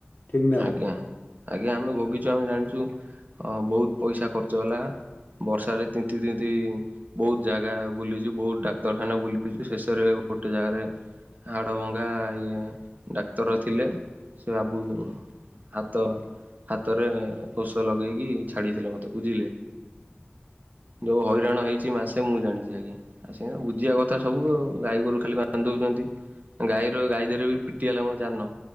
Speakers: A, on the left; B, on the right.
A: ଠିକ ନା
B: ଆଜ୍ଞା
A: ଭୁଲ
B: ଆଜ୍ଞା ଆମେ ଭୋଗିଛୁ ଆମେ ଜାଣିଛୁ ହଁ ବହୁତ ପଇସା ଖର୍ଚ୍ଚ ହେଲା। ବର୍ଷା ରେ ତିନ୍ତି ତିନ୍ତି ବହୁତ ଜାଗା ବୁଲିଛୁ ବହୁତ ଡାକ୍ତରଖାନା ବୁଲିଛୁ ଶେଷରେ ଗୋଟେ ଜାଗାରେ ହାଡ଼ଭଙ୍ଗା ଏ ଡାକ୍ତର ଥିଲେ ସେ ବାବୁ ହାତ ହାତରେ ପୋଷ ଲଗେଇକି ଛାଡିଥିଲେ ମତେ ବୁଝିଲେ। ଯୋଉ ହଇରାଣ ହେଇଛି ମାସେ ମୁଁ ଜାଣିଛି ଆଜ୍ଞା। ଆ ସେ ବୁଝିବା କଥା ସବୁ ଆଉ ଗାଈ ଗୋରୁ ଖାଲି ବାପା ବାନ୍ଧି ଦେଉଛନ୍ତି। ଗାଈର ଗାଈ ଦେହରେ ବି ପିଟି ହେଲା ମୁଁ ଜାନ